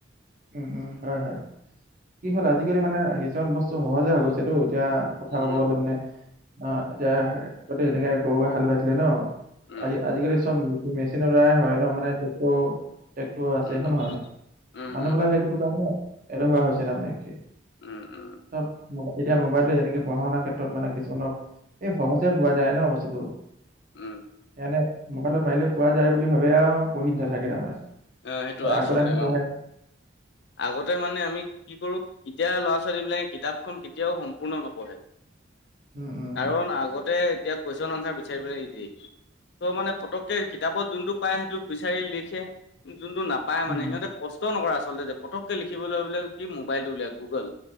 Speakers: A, on the right; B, on the left.
A: উম, উম, হয়, হয় কি হ'ল আজিকালি মানে কিছুমান বস্তু সহজে হৈ গৈছেতো, এতিয়া কথা
B: উম
A: ক'ব গলে মানে, অ, <unintelligible> গৰুৱে হাল বাইছিলে ন'।
B: উম
A: আজি আজিকালি চব, মেচিনৰ দ্বাৰাই হয় ন' মানে ট্ৰেক্ট, ট্ৰেক্টৰ আছে
B: উম
A: হয়
B: উম
A: নে নহয়।
B: উম
A: মানুহবিলাক সেইতোটো কাৰণেই, এলেহুৱা হৈছে তাৰমানে কি
B: উম উম
A: <unintelligible> এতিয়া মোবাইল যেনেকে পঢ়াশুনাৰ ক্ষেত্ৰত মানে কিছুমানক এই সহজে পোৱা যায় ন' বস্তুটো,
B: উম
A: সেকাৰণে মোবাইলত মাৰিলে পোৱা যায় বুলি ভাবে আৰু, পহি নাথাকে। তাৰমানে
B: আহ সেইটো আচলতে
A: আগৰদানি পঢ়ে
B: অ, আগতে মানে আমি কি কৰো এতিয়া ল'ৰা ছোৱালীবিলাকে কিতাপখন কেতিয়াও সম্পূৰ্ণ নপঢ়ে।
A: উম উম
B: কাৰণ আগতে এতিয়া কুৱেশ্যন আনচাৰ বিচাৰি পেলাই ইজি, ত' মানে পতককে কিতাপত যোনটো পায় সেইটো বিচাৰি লিখ খে যোনটো নাপায়
A: উম
B: মানে সিহঁতে কষ্টও নকৰা আচলতে যে পতককে লিখিবলৈ বোলে কি মোবাইলটো উলিওৱা গুগল